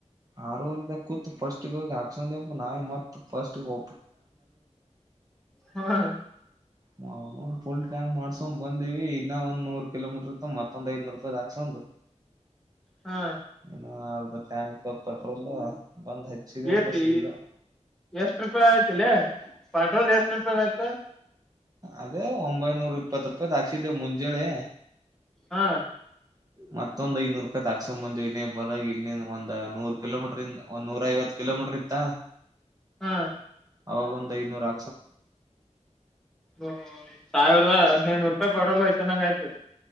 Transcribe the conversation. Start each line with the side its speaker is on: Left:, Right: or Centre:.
Right: ಆರವರೆದ ಕೂತ್ ಫಸ್ಟ್ ಹೋಗಿ ಹಕ್ಸಂದಪ್ಪ ನಾವೇ ಮತ್ ಫಸ್ಟ್ ಹ
Centre: ಹಾ.
Right: ನ ಪುಲ್ ಟ್ಯಾಂಕ್ ಮಾಡ್ಸಕೊಂಡ್ ಬಂದೇವಿ. ಇನ್ನ ಒಂದ ನೂರು ಕಿಲೋಮೀಟರ್ ಇತ್ತ ಮತ್ತೊಂದ ಐದನೂರು ರೂಪಾಯಿ್ ಹಾಕ್ಸದು.
Centre: ಹಾ.
Right: ಹ ಅರ್ಧ ಟ್ಯಾಂಕ್ ಪೆಟ್ರೋಲ್. ಬಂದ್ ಹಚ್ಚಿದೇವಪ್ಪ
Centre: ಏತಿ
Right: ಸೀದಾ
Centre: ಎಷ್ಟ ರೂಪಾಯಿ ಆಯ್ತಲ್ಲ ಪೆಟ್ರೋಲ್ ಎಷ್ಟ ರೂಪಾಯ ಆಯ್ತು
Right: ಅದೇ ಒಂಬೈನೂರ ಇಪ್ಪತ್ ರೂಪಾಯಿ ಹಾಕ್ಸಿದ್ದೆ ಮುಂಜಳೆ
Centre: ಹಾ
Right: ಮತ್ತೊಂದ್ ಐನೂರು ರೂಪಾಯಿ ತ ಹಾಕ್ಸ್ಕೊಂಡ್ ಬಂದ್ವ ನೀ ಬರ ಇಲ್ಲಿ ಒಂದ ನೂರ್ ಕಿಲೋಮೀಟರ್ ಇಂದ ಒಂದ ನೂರ ಐವತ್ತು ಕಿಲೋಮೀಟರ್ ಇತ್ತ
Centre: ಹಾ
Right: ಹ ಒಂದ ಐನೂರಾ
Centre: ಹ್ಮ ಸಾವಿರದ ಹದ್ನೈನೂರು ರೂಪಾಯಿ ಪೆಟ್ರೋಲ್ ಹಯ್ತ ನಂಗ ಆಯ್ತು